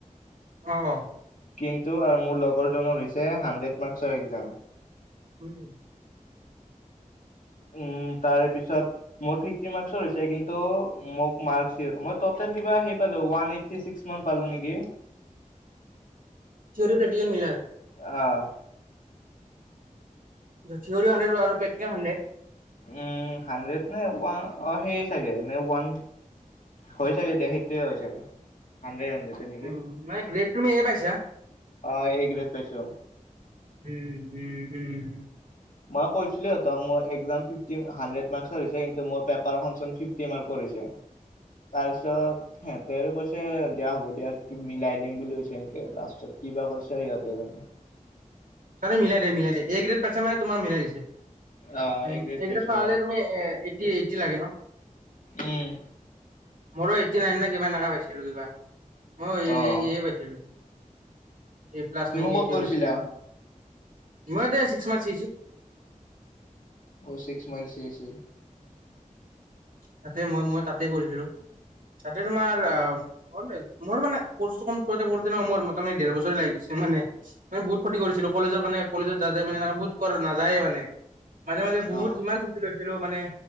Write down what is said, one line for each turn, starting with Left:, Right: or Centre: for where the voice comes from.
Right: অ'
Left: কিন্তু আৰু মোৰ লগৰজনৰ হৈছে হাণ্ড্ৰেড মাৰ্কচৰ এক্সাম।
Right: উম।
Left: উম, তাৰেপিছত। মোৰৰ ফ্ৰিফটি মাৰ্ক্সৰ হৈছে। কিন্তু মোক মাৰ্কচিত টুটেল হাৰি পালোঁ ওৱান এইটি ছিক্স। মান পালোঁ নেকি?
Right: থ্ৰিয়ৰি, প্ৰেক্টিকেল মিলায়।
Left: আহ
Right: থ্ৰিয়ৰি হাণ্ড্ৰেড আৰু প্ৰেক্টিকেল হাণ্ড্ৰেড।
Left: উম, হাণ্ড্ৰেড নে অ' ওৱান সেই চাগে নে ওৱান। হৈ চাগে দিয়া হেইটোৱে হৈ চাগে হাণ্ড্ৰেড হাণ্ড্ৰেড। নেকি
Right: উম, নাই গ্ৰেট তুমি এয়েই পাইছা।
Left: অ ', এ গ্ৰেড পাইছো।
Right: উম, উম, উম।
Left: মই কৈছিলো ত মোৰ, একজাম ফিফটি হাণ্ড্ৰেড মাৰ্ক্সৰ হৈছে কিন্তু পেপাৰখন চোন ফিফটি মাৰ্কৰ হৈছে। তাৰপিছত সিহতেই আৰু কৈছে দিয়া হ'ব দিয়া মিলাই দিম বুলি কৈছে এনকে লাষ্টত, কিবা কৰিছে সিহতে জানে।
Right: তাহাতি মিলাই দিয়ে, মিলাই দিয়ে, এ গ্ৰেড পাইছে মানে তোমাৰ মিলাই দিছে।
Left: অ'
Right: উম, এ
Left: পাইছো
Right: গ্ৰেড পালে
Left: ৰবা।
Right: তুমি এইটি-এইটি লাগে ন।
Left: উম,
Right: মোৰো এইতি নাইন নে কিবা এনেকুৱা পাইছিলো কিবা, মই এ,
Left: অ'
Right: এ, এ পাইছিলো। এ প্লাছ
Left: তুমি
Right: নেকি
Left: ক'ত
Right: এইটোৱে
Left: কৰিছিলা?
Right: পাইছিলোঁ মই, <unintelligible> চিক্স মাৰ্কছ আহিছিল।
Left: অ', চিক্স মাৰ্কছ আহিছিল।
Right: তাতে মই-মই তাতে কৰিছিলো, তাতে তোমাৰ আহ <unintelligible> মোৰ মানে কোৰ্চটো কমপ্লিট কৰোঁতে কৰোঁতে ন, মোৰ মানে দেৰ বছৰে লাগি গৈছে হয়নে। মান বহুত ফূৰ্তি কৰিছিলো কলেজৰ কাৰণে কলেজত যাতে <unintelligible> বুত কৰা নাযায়ে মানে। মাজে মাজে বহুত
Left: অ'।
Right: ইমান চুটি লৈছিলো মানে,